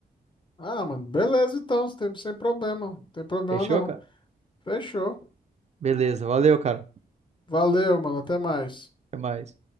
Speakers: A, on the left (about 30°); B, on the right (about 40°).
A: Ah, mano, beleza então, sem sem problema, não tem problema
B: Fechou,
A: não.
B: cara?
A: Fechou.
B: Beleza, valeu, cara.
A: Valeu, mano, até mais.
B: Até mais.